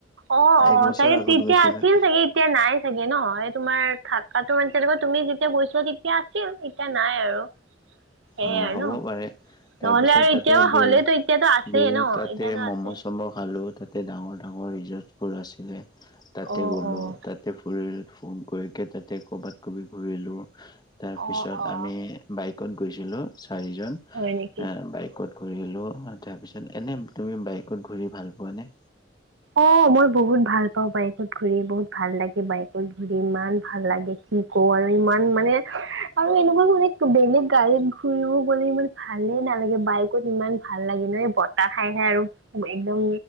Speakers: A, on the right; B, on the left.
A: অ' অ'
B: এক বছৰ
A: চাগে
B: আগত
A: তেতিয়া
B: গৈছিল
A: আছিল
B: তাতে
A: চাগে- এতিয়া নাই চাগে ন' এই তোমাৰ থাকাতো মানে তেনেকুৱা তুমি যেতিয়া গৈছিলা তেতিয়া আছিল, এতিয়া নাই আৰু। সেয়ে
B: অঁ'
A: আৰু
B: হ'বও
A: ন
B: পাৰে।
A: নহ'লে
B: তাৰপিছত
A: আৰু
B: তাতে
A: এতিয়াও
B: বিল,
A: হ'লেতো এতিয়াতো আছেই
B: বিল
A: ন
B: তাতে
A: এতিয়াতো
B: ম'ম'
A: আছে
B: চ'ম' খালো তাত- তে ডাঙৰ ডাঙৰ ৰিজৰ্টবোৰ আছিলে তাতে
A: অ',
B: গলোঁ,
A: অ',
B: তাত- তাতে ফুৰিল ফোন কৰিকে তাতে কৰ'বাত কবি ঘুৰিলো। তাৰপিছত
A: অ', অ',
B: আমি বাইকত গৈছিলোঁ চাৰিজন,
A: হয় নেকি
B: এঁ বাইক- কত ঘূৰিলোঁ, তাৰপিছত এনেই তুমি বাইকত ঘূৰি ভাল পোৱানে?
A: অঁ' মই বহুত ভাল পাওঁ বাইকত ঘূৰি, বহুত ভাল লাগে বাইকত ঘুৰি, ইমান ভাল লাগে কি- ক‌ওঁ আৰু ইমান মানে আৰু এনেকুৱা মানে বেলেগ গাড়ীত ঘুৰিব গ'লে ইমান- ভালে নালাগে বাইকত ইমান ভাল লাগে ন' এই বতাহ খাই খাই আৰু- একদম